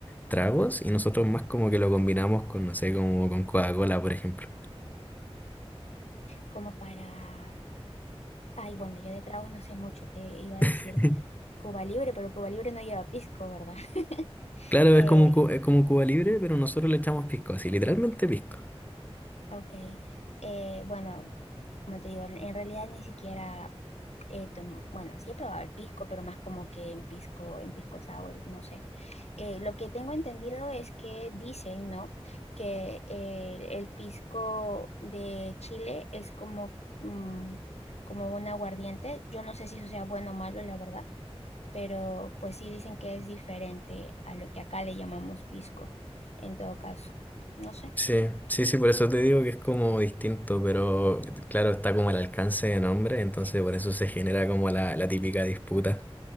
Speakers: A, on the left; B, on the left.
A: tragos y nosotros más como que lo combinamos con, no sé, como con Coca-Cola, por ejemplo.
B: como para... Ay, bueno, yo de tragos no sé mucho, te iba a decir
A: <laughs>
B: Cuba Libre, pero Cuba Libre no lleva pisco, ¿verdad? <laughs>
A: Claro,
B: Eh,
A: es como, un cu- es como un Cuba Libre, pero nosotros le echamos pisco, así, literalmente pisco.
B: ok, eh, bueno, como te digo, en realidad ni siquiera eh, tom- bueno, sí he probado el pisco, pero más como que en pisco, en pisco sour, no sé. Eh, lo que tengo entendido es que dicen, ¿no? Que eh, el pisco de Chile es como, mm, como un aguardiente. Yo no sé si eso sea bueno o malo, la verdad, pero pues sí dicen que es diferente a lo que acá le llamamos pisco, en todo caso. No sé.
A: Sí, sí, sí, por eso te digo que es como distinto, pero claro, está como el alcance de nombre, entonces por eso se genera como la, la típica disputa.